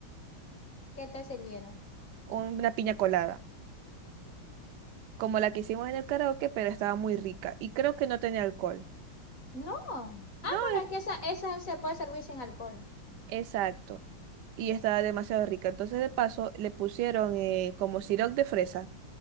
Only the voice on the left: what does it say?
¿Qué te sirvieron?
No. Ah,
bueno, es que esa, esa se puede servir sin alcohol.